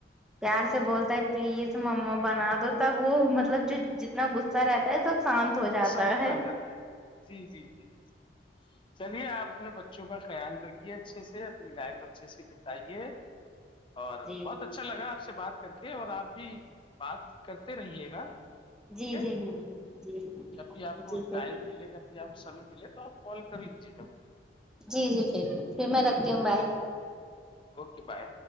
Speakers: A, in the centre; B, on the left.
A: پیار سے بولتا ہے پلیز مما بنا دو تب وہ مطلب جو جتنا غصہ رہتا ہے سب شانت ہو جاتا
B: سب اتر
A: ہے
B: جاتا جی جی جی جی چلیے آپ اپنے بچوں کا خیال رکھیے اچھے سے اپنی لائف اچھے سے بتائیے اور
A: جی
B: بہت
A: جی
B: اچھا لگا آپ سے بات کر کے اور آپ بھی بات کرتے رہیے گا ٹھیک
A: جی
B: ہے
A: جی جی جی جی
B: جب بھی
A: جی
B: آپ کو
A: جی
B: ٹائم
A: پھر
B: ملے جب بھی آپ کو سمے ملے تو آپ کال کر لیجیے گا
A: جی جی پھر پھر میں رکھتی ہوں باہ
B: اوکے بائے